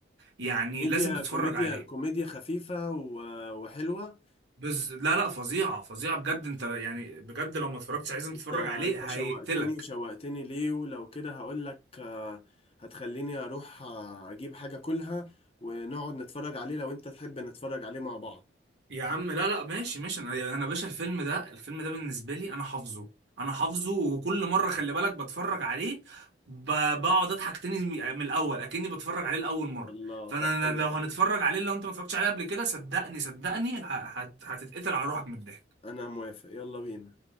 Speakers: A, on the right; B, on the left.
A: يعني
B: كوميديا
A: لازم تتفرج
B: كوميديا
A: عليه
B: كوميديا خفيفة و- وحلوة
A: بس لا لا فظيعة فظيعة بجد انت يعني بجد لو ما اتفرجتش عايزين
B: انت
A: تتفرج عليه
B: انت
A: هيقتلك
B: شوقتني شوقتني ليه ولو كده هقول لك آه، هتخليني اروح آه، اجيب حاجة كلها ونقعد نتفرج عليه لو انت تحب نتفرج عليه مع بعض
A: يا عم لا لا ماشي ماشي انا انا باشا الفيلم ده الفيلم ده بالنسبة لي انا حافظه انا حافظه وكل مرة خلي بالك بتفرج عليه ب- بقعد اضحك تاني من من الاول اكني بتفرج عليه لاول مرة
B: الله
A: فانا
B: طب حلو
A: أنا لو هنتفرج عليه لو انت ما اتفرجتش عليه قبل كده صدقني صدقني ه- هت- هتتقتل على روحك من الضحك
B: انا موافق يلا بينا